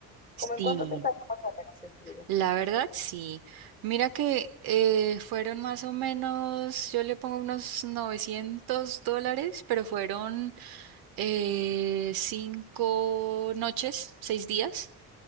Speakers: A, on the right; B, on the left.
A: Sí,
B: ¿Cómo en cuánto te sale más o menos el tuyo?
A: la verdad sí. Mira que eh, fueron más o menos, yo le pongo unos 900 dólares, pero fueron eh, cinco noches, seis días.